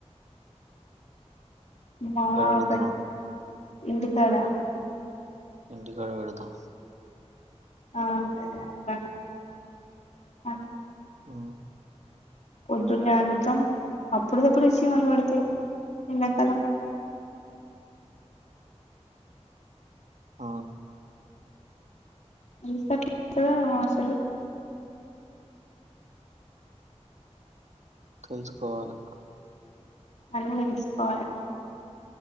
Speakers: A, on the left (about 75°); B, on the right (about 75°).
A: మా
B: ఎక్కడ అడుగుతున్నావు
A: క
B: నువ్వు
A: ఇంటికాడా
B: ఇంటి కాడవెడుతా
A: ఆ సరే అంట అ
B: ఆ
A: పొద్దున్నే వండుతాం అప్పుడుకప్పుడు చీమలు పడుతాయి ఎండాకాలం
B: ఆ
A: రెస్పెక్ట్ ఇస్తాలే నువ్వు అసలు
B: తెంచుకోవాలి
A: అన్న నిల్సుపోవాల